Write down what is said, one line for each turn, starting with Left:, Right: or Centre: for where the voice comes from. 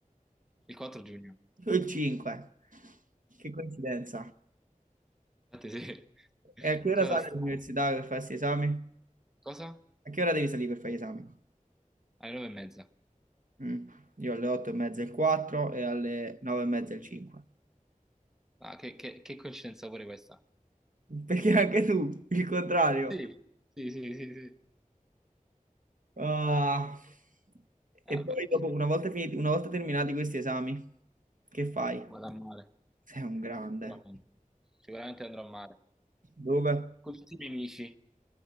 Centre: Il 4 giugno.
Right: Io il 5. Che coincidenza.
Centre: Infatti sì, <laughs>
Right: E a che
Centre: che
Right: ora
Centre: cosa
Right: sali
Centre: strana.
Right: all'università per fare questi esami?
Centre: Cosa?
Right: A che ora devi salire per fare gli esami?
Centre: Alle nove e mezza.
Right: Mm. Io alle 8 e mezza il 4 e alle 9 e mezza il 5.
Centre: Ah, che, che- che coincidenza pure questa.
Right: Perché anche tu, il contrario.
Centre: Sì, sì, sì, sì, sì.
Right: Ah.
Centre: Ah,
Right: E poi
Centre: beh,
Right: dopo, una volta finiti, una volta terminati questi esami, che fai?
Centre: vado a mare,
Right: Sei un grande.
Centre: sicuramente. Sicuramente andrò a mare.
Right: Dove?
Centre: Con tutti i miei amici.